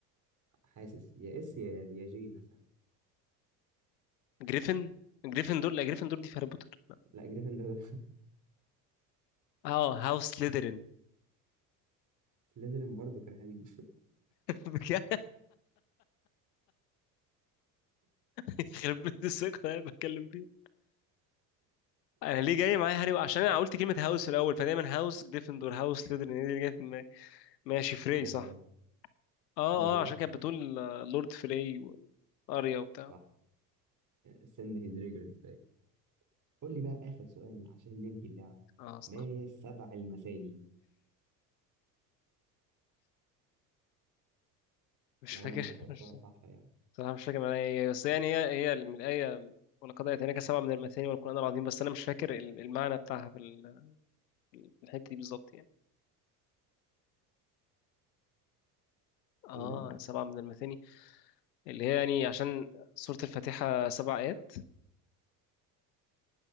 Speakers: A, on the right; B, on the left.
A: حاسس يا اس يا يا جي مثلا
B: جريفن جريفن دول لا جريفن دول دي في هاري بوتر لا.
A: لا جريفن ده
B: اه هاوس سليدرين
A: <laughs> سليزرين برضه كان هريب
B: <laughs> بجد؟ يخرب بيت الثقه اللي انا بتكلم فيها انا ليه جاي معايا هاري عشان
A: <laughs>
B: انا قلت كلمه هاوس الاول فدايما هاوس جريفن دور هاوس سليدرين هي دي اللي جايه في دماغي ماشي فري
A: عادي
B: صح
A: عادي
B: اه
A: ماشي
B: اه عشان كانت بتقول آه، لورد فري واريا وبتاع
A: صح send his regards back قول لي بقى آخر سؤال عشان ننهي اللعبة
B: اه استغفر
A: ما هي السبع المثاني
B: مش
A: لو
B: فاكر
A: أنا نطقتها
B: <laughs>
A: صح يعني
B: صراحة مش فاكر انا هي بس يعني هي هي من الآية ولقد آتيناك سبعة من المثاني والقرآن العظيم بس أنا مش فاكر ال- المعنى بتاعها في ال- في الحتة دي بالظبط يعني اه
A: إيه ده؟
B: سبعة من المثاني اللي هي يعني عشان سورة الفاتحة سبع آيات